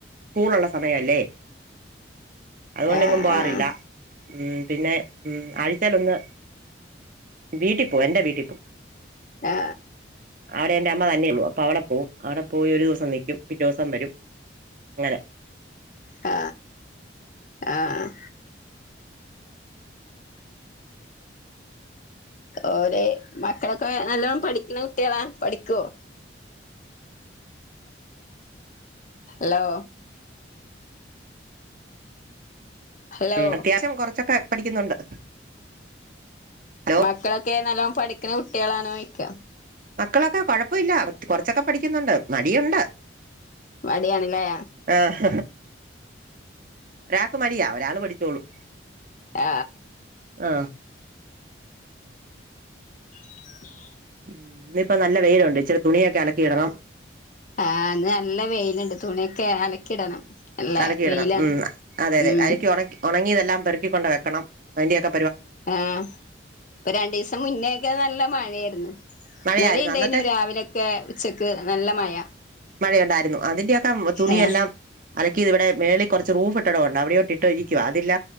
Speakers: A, on the right; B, on the left.
A: സ്കൂളുള്ള സമയല്ലേ അതുകൊണ്ടെങ്ങും
B: ആഹ്
A: പോവാറില്ല ഉം പിന്നെ ഉം ആഴ്ചേലൊന്ന് വീട്ടി പോവും എന്റെ വീട്ടിൽ പോവും
B: ആ
A: അവിടെ എന്റെ അമ്മ തന്നെയൊള്ളു അപ്പൊ അവിടെ പോവും അവിടെ പോയൊരൂസം നിക്കും പിറ്റൂസം വരും അങ്ങനെ
B: ആ ആ ഓര് മക്കളൊക്കെ നല്ലവണം പഠിക്ക്ണ കുട്ട്യാളാ പഠിക്കോ ലോ ഹലോ
A: ഉം അത്യാവശ്യം കൊറച്ചൊക്കെ പഠിക്കുന്നുണ്ട് ഹലോ
B: മക്കളെ ക്കെ നല്ലോം പഠിക്ക്ണ കുട്ടികളാണോയ്ക്ക
A: മക്കളൊക്കെ കൊഴപ്പയില്ല കൊറച്ചൊക്കെ പഠിക്കുന്നുണ്ട് മടിയുണ്ട്
B: മടിയണ്ലെ
A: ആഹ് ക്ക് മടിയാ ഒരാള് പഠിച്ചോളും
B: ആ
A: ആ
B: <unintelligible>
A: ഉം ഇന്നിപ്പ നല്ല വെയിലുണ്ട് ഇച്ചിരി തുണിയൊക്കെ അലക്കിയിടണം
B: ആ ന്ന് നല്ല വെയില്ണ്ട് തുണിയൊക്കെ അലക്കിടണം അല്ലേ
A: അലക്കി ഇടണം
B: വെയിലാണ്
A: ഉം അതെ അതെ
B: ഉം
A: അലക്കി ഒണക്കി ഉണങ്ങിയതെല്ലാം പെറുക്കിക്കാെണ്ട് വെക്കണം അതിന്റെക്കെ
B: ആ ഇ പ്പ രണ്ടീസം മുന്നേക്കെ നല്ലെ മഴേയ്ര്ന്നു
A: മഴയായിരുന്നു
B: ഇന്നാലീണ്ടേയ്നു
A: അന്നത്തെ
B: രാവിലൊക്കെ ഉച്ചക്ക് നല്ല മഴ
A: മഴയുണ്ടായിരുന്നു അതിന്റെയൊക്കെ തുണിയെല്ലാം
B: ആ
A: അലക്കിയത് ഇവിടെ മേളി കാെറച്ച് റൂഫ് ട്ടടോണ്ട് അവിടാേട്ട ഇട്ടാേ ഇരിക്ക അതില്ല